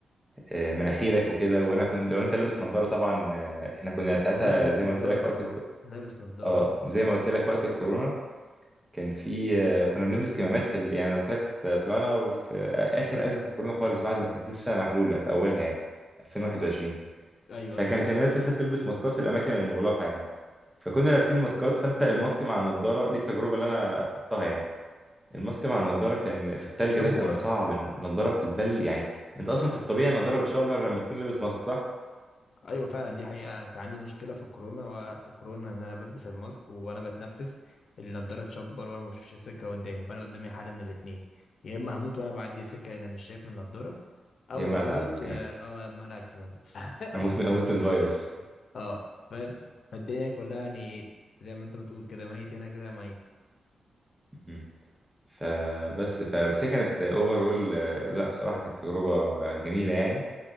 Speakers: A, in the centre; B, on the left.
A: آه مناخيرك وكده وانا كنت لو انت لابس نظاره طبعا آه احنا كنا ساعتها
B: ده لابس
A: زي ما
B: نضارة
A: قلت لك
B: طبعا
A: وقت الكو...
B: لابس نضارة
A: اه زي ما قلت لك وقت الكورونا كان في آه كنا بنلبس كمامات في ال... يعني أنا قلت لك طلعنا في اخر ازمه الكورونا خالص بعد ما كانت لسه محلوله في اولها يعني 2021
B: أيوه
A: فكانت
B: أيوه
A: الناس لسه بتلبس ماسكات في الاماكن المغلقه يعني فكنا لابسين ماسكات فانت الماسك مع النضاره دي التجربه اللي انا خضتها يعني الماسك مع النضاره كان في التلج
B: شبورة
A: ده كان صعب الن- النضاره بتتبل يعني انت اصلا في الطبيعي النضاره بتشبر لما تكون لابس ماسك صح
B: أيوه فعلا دي حقيقة كان عندي مشكلة في الكورونا وقت الكورونا إن أنا بلبس الماسك وأنا بتنفس النضارة تشبر وأنا ما بشوفش السكة قدامي فأنا قدامي حل من الاتنين يا إما هموت وأنا بعدي سكة أنا مش شايف من النضارة او
A: يا مقلق
B: هموت
A: على الكلام
B: اه آه، لما اقلع الكمامه <laughs> ف- ف-
A: اموت
B: ف-
A: من اموت من فيروس
B: اه فاهم فالدنيا كلها يعني ايه زي ما انت بتقول كده ميت هنا كده ميت
A: مهم. فبس فبس هي كانت اوفر اول لا بصراحه كانت تجربه آه، جميله يعني